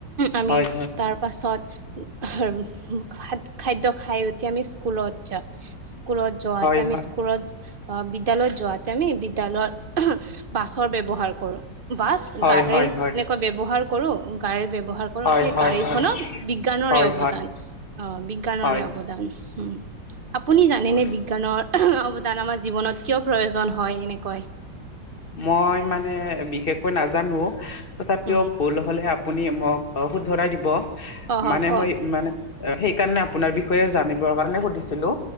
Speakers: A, on the right (about 40°); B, on the left (about 35°).
A: আমি
B: হয়
A: তাৰ পাছত খাদ খাদ্য খাই উঠি আমি স্কুলত যাওঁ, স্কুলত যোৱাতে
B: হয়
A: আমি
B: হয়
A: স্কুলত অ বিদ্যালয়ত যোৱাতে আমি বিদ্যালয় বাছৰ ব্যৱহাৰ কৰোঁ। বাছ
B: হয়
A: গাড়ী
B: হয় হয় হয়
A: এনেকুৱা ব্যৱহাৰ কৰোঁ গাড়ী ব্যৱহাৰ কৰোঁ
B: হয়
A: সেই
B: হয়
A: গাড়ীখনক
B: হয়
A: বিজ্ঞানৰে
B: হয় হয়
A: অৱদান। অ' বিজ্ঞানৰে
B: হয়
A: অৱদান হম্। আপুনি জানেনে
B: হয়
A: বিজ্ঞানৰ অৱদান আমাৰ জীৱনত কিয় প্ৰয়োজন হয় এনেকৈ?
B: মই মানে বিশেষকৈ নাজানো, তথাপিও
A: উম
B: ভুল হলে আ আপুনি মোক অ শুধৰাই দিব।
A: অ হ
B: মানে
A: ক
B: মই ইমান সেইকাৰণে অপোনাৰ বিষয়ে জানিবৰ কাৰণে সুধিছিলো।